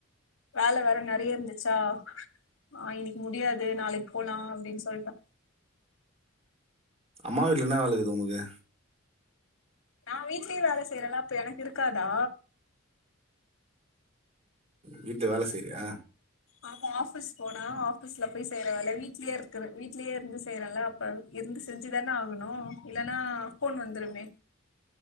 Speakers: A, on the left (about 75°); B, on the right (about 30°).
A: வேலை வேற நிறைய இருந்துச்சா ஆஹ் இன்னைக்கு முடியாது நாளைக்கு போலாம் அப்படின்னு சொல்லிட்டா
B: அம்மா வீட்டுல என்ன வேலைக்குது உனக்கு
A: நான் வீட்லயும் வேலை செய்யறேல்லாம் அப்ப எனக்கு இருக்காதா
B: வீட்டு வேலை செய்றியா
A: ஆமா ஆபீஸ் போனா ஆஃபீஸ்ல போய் செய்யறவலை வீட்லயே இருக்க வீட்லயே இருந்து செய்யறல அப்ப இருந்து செஞ்சுதானே ஆகணும் இல்ன்னா போன் வந்துருமே